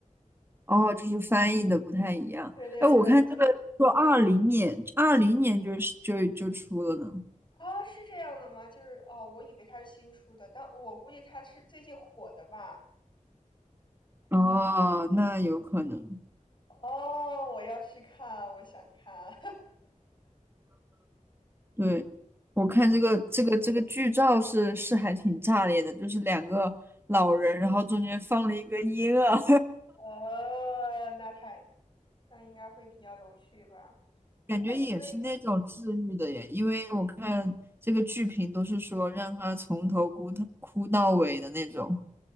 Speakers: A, on the right; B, on the left.
A: 哦，就是翻译的不太一样。
B: 对对对，
A: 哎，我看这个说二零年，
B: 就。
A: 二零年就是就就出了呢。
B: 啊，是这样的吗？就是哦，我以为它是新出的，但我估计它是最近火的吧。
A: 哦，那有可能。
B: 哦，我要去看，我想看。
A: 对，我看这个这个这个剧照是是还挺炸裂的，
B: <laughs>
A: 就是两个老人，然后中间放了一个婴儿，
B: 呃，那太那应该会比较有趣吧？
A: <laughs> 感觉也是那种治愈的耶。
B: 那你对
A: 因为我看这个剧评都是说让他从头哭到哭到尾的那种，